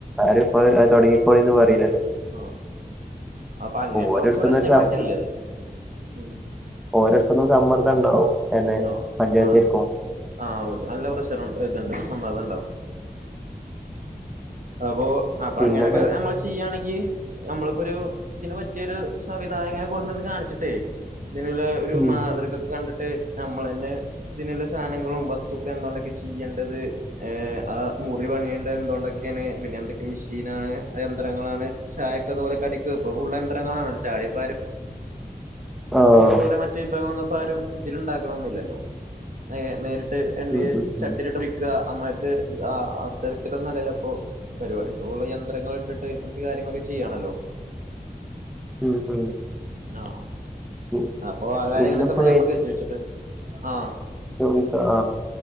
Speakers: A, in the centre; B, on the right (about 55°).
A: ആരും ഇപ്പോ തുടങ്ങികോളിന്ന് പറയില്ലല്ലോ.
B: ആ അപ്പൊ അങ്ങനത്തെ
A: ഓരോരുത്തന്ന്
B: കുറച്ച് പ്രശ്നങ്ങളൊക്കെള്ളത്
A: ഒരു സ
B: ഉം
A: ഒരടുതെന്നെ സമർത്ഥം ഉണ്ടാവും. എന്നെ
B: ആ
A: പഞ്ചായത്തിർക്കും
B: ആ ആ നല്ല പ്രഷർ ഇണ്ട് സമ്മർതം ഉണ്ടാവും. അപ്പൊ അപ്പൊ
A: പിന്നെപ്പോ
B: അങ്ങനെയൊക്കെ നമ്മള് ചെയ്യണെങ്കിൽ നമ്മളിപ്പോ ഒരു ഇതിനന് പറ്റിയൊരു സവിധായകനെ കൊട്ന്നിട്ട് കാണിച്ചിട്ടേ, ഇതിനുള്ള ഒരു
A: ഉം
B: മാതൃക ഒക്കെ കണ്ടിട്ട് നമ്മൾ തന്നെ ഇതിനുള്ള സാധനങ്ങളും വസ്തുക്കളും എന്തുണ്ട് ചെയ്യേണ്ടത് ഏ ആ മുറി മുറി പണിയേണ്ടത് എന്തോട ക്കെയാണ് പിന്നെ എന്തൊക്കെ മെഷീനാണെ ആ യന്ത്രങ്ങളാണ് ചായൊക്കെ അതുപോലെ കടിക്ക ഇപ്പൊ യന്ത്രങ്ങളാണല്ലോ ചായ ഇപ്പ ആരും
A: ആഹ്
B: ഇതുപോലെ മറ്റു വിഭാഗം വന്നപ്പോ ആരും ഇതിലുണ്ടാക്കണന്നില്ലല്ലോ നേ നേരി ട് എണ്ണ
A: ഉം ഉം ഉം
B: ചട്ടിലിട്ട് <unintelligible> <unintelligible> ആ അത്തരത്തിലല്ലലോ ഇപ്പോ പരിപാടി ഇപ്പോ ഉള്ള യന്ത്രങ്ങൾ ഇട്ടിട്ട് മറ്റ കാര്യങ്ങളൊക്കെ ചെ യ്യാണല്ലോ
A: <inaudible> ഉം ഉം
B: ആഹ്
A: ഉം
B: അപ്പൊ ആ കാര്യങ്ങളൊക്കെന്ന
A: ഇന്നിപ്പോ
B: നമ്മക്ക് ചോദിച്ചിട്ട് ആ
A: <unintelligible> ആ